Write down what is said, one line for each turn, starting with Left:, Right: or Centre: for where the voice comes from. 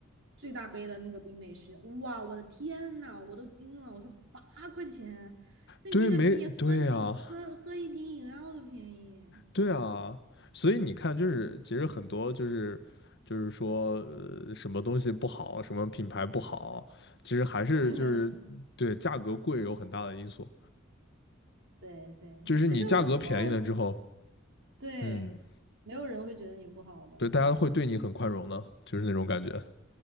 Right: 最大杯的那个冰美式，哇，我的天呐，我都惊了，我说八块钱，那你这个
Left: 对，没对呀、
Right: <laughs> 比喝饮喝喝一瓶饮料都便宜。
Left: 对啊，所以你看，就是其实很多就是就是说，呃，什么东西不好，什么品牌不好，其实还是就是对价格贵有很大的因素。
Right: <laughs> 对对，
Left: 就是你价格便宜了之后，
Right: 其实我觉得对，
Left: 嗯，
Right: 没有人会觉得你不好的。
Left: 对，大家会对你很宽容的，就是那种感觉。